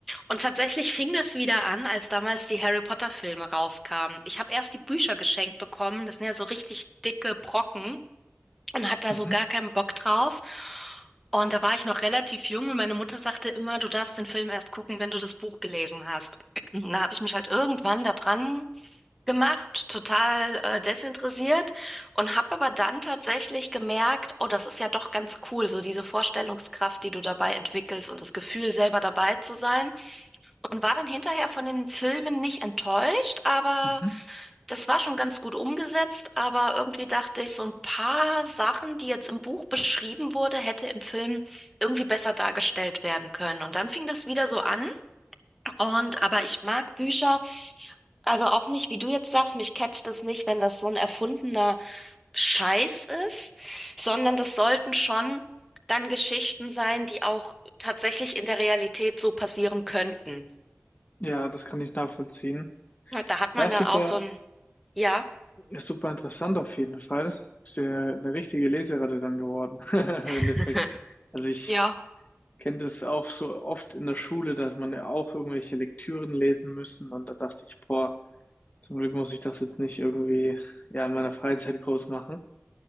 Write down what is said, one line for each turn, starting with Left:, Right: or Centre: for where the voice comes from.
Centre: Und tatsächlich fing das wieder an, als damals die Harry Potter Filme rauskamen. Ich habe erst die Bücher geschenkt bekommen, das sind ja so richtig dicke Brocken, und hat da
Left: Mhm.
Centre: so gar keinen Bock drauf. Und da war ich noch relativ jung und meine Mutter sagte immer, du darfst den Film erst gucken, wenn du das Buch gelesen hast. <clears throat> Und Da habe ich mich halt irgendwann da dran gemacht, total äh, desinteressiert und habe aber dann tatsächlich gemerkt, oh, das ist ja doch ganz cool, so diese Vorstellungskraft, die du dabei entwickelst und das Gefühl, selber dabei zu sein. Und war dann hinterher von den Filmen nicht enttäuscht, aber
Left: Mhm.
Centre: das war schon ganz gut umgesetzt, aber irgendwie dachte ich, so ein paar Sachen, die jetzt im Buch beschrieben wurde, hätte im Film irgendwie besser dargestellt werden können. Und dann fing das wieder so an. Und aber ich mag Bücher, also auch nicht, wie du jetzt sagst, mich catcht es nicht, wenn das so ein erfundener Scheiß ist, sondern das sollten schon dann Geschichten sein, die auch tatsächlich in der Realität so passieren könnten.
Left: Ja, das kann ich nachvollziehen.
Centre: Und da hat man
Left: Ja, super.
Centre: dann auch so ein, ja,
Left: ist super interessant auf jeden Fall. Bist ja eine richtige Leseratte dann geworden, <laughs> im
Centre: <laughs>
Left: Endeffekt. Also ich
Centre: ja,
Left: kenne das auch so oft in der Schule, dass man ja auch irgendwelche Lektüren lesen müssen und da dachte ich, boah, zum Glück muss ich das jetzt nicht irgendwie ja in meiner Freizeit groß machen.